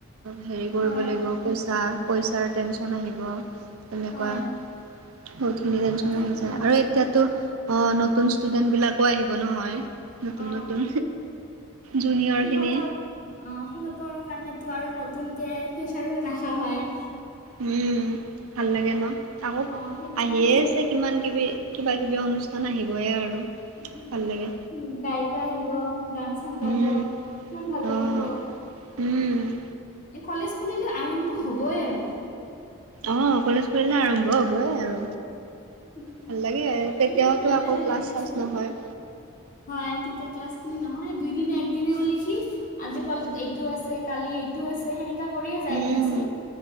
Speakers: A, on the right; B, on the left.
A: হেৰি কৰিব
B: হয়
A: লাগিব। পইচা, পইচাৰ টেনশ্যন আহিব তেনেকুৱা।
B: হয়
A: বহুতখিনি টেনশ্যন
B: কথাটো
A: আহি যায়।
B: হয়
A: আৰু এতিয়াতো অ' নতুন ষ্টুডেন্ট বিলাকো আহিব নহয়। নতুন
B: অ
A: নতুন। জুনিয়ৰখিনি
B: সিহঁতৰ, অ' সিহঁতৰ কাৰণেতো আৰু নতুনকে ফেচাৰো ৰাখা হয়।
A: উম' ভাল লাগে ন, আকৌ'
B: অ সেইটো
A: আহিয়ে
B: কাৰণে ভাল
A: আছে
B: লাগে
A: কিমান কিবি। কিবা কিবি অনুষ্ঠান আহিবই আৰু
B: দিয়া
A: ভাল লাগে।
B: গায়িকা আহিব, গান চান গাব,
A: উম
B: ইমান ভাল লাগিব।
A: অ' উম'
B: এই কলেজ খুলিলে আৰম্ভ হ'বই আৰু।
A: অ' কলেজ খুলিলে আৰম্ভ হবয়ে আৰু,
B: উম,
A: ভাল লাগে। তেতিয়াতো
B: সেনেকে ভালে
A: আকৌ
B: লাগে
A: ক্লাছ
B: দিয়াচোন।
A: চাছ নহয়।
B: হয় তেতিয়া ক্লাছ খিনি নহয় দুইদিনে এক দিনে বুলি কি, আজি কলেজত এইটো আছে, কালি এইটো টো আছে সেনেকা কৰিয়ে যাই
A: উম
B: দিয়াচোন।